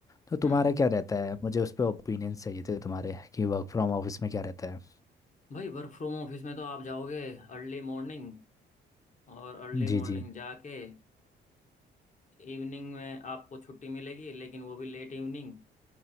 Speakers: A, on the left (about 15°); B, on the left (about 40°).
A: तो तुम्हारा
B: हम्म
A: क्या रहता है मुझे उस पे ओपिनियन चाहिए थे तुम्हारे कि वर्क फ्रॉम ऑफिस में क्या रहता है
B: भाई वर्क फ्रॉम ऑफिस में तो आप जाओगे अर्ली मॉर्निंग और अर्ली
A: जी
B: मॉर्निंग
A: जी
B: जाके इवनिंग में आपको छुट्टी मिलेगी लेकिन वो भी लेट इवनिंग